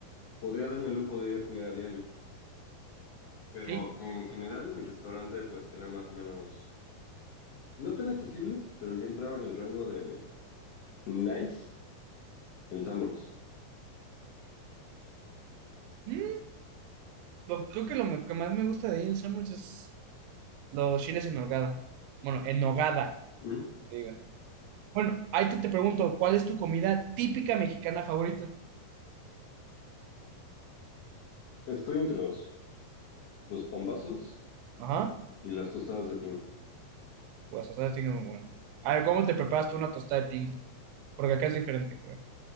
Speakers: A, on the left; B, on the right.
A: podría darme el lujo de ir a comer a diario. Pero
B: Sí.
A: en general, mi restaurante pues que era más o menos, no tan accesible, pero ya entraba en el rango de nice, el Summers.
B: Mm, lo, creo que lo me- que más me gusta de ahí en Samuels es Los chiles en nogada. Bueno, en nogada,
A: <laughs>
B: que diga. Bueno, ahí te, te pregunto, ¿cuál es tu comida típica mexicana favorita?
A: Estoy entre los, los pambazos
B: Ajá.
A: y las tostadas de tinga.
B: Pues las tostadas de tinga son muy buenas. A ver, ¿cómo te preparas tú una tostada de tinga? Porque acá es diferente, creo.